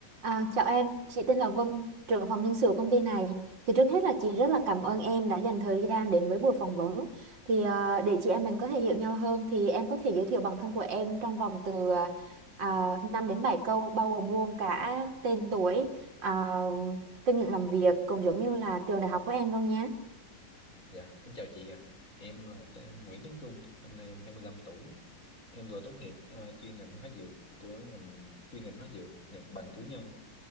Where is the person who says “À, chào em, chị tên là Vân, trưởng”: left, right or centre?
Right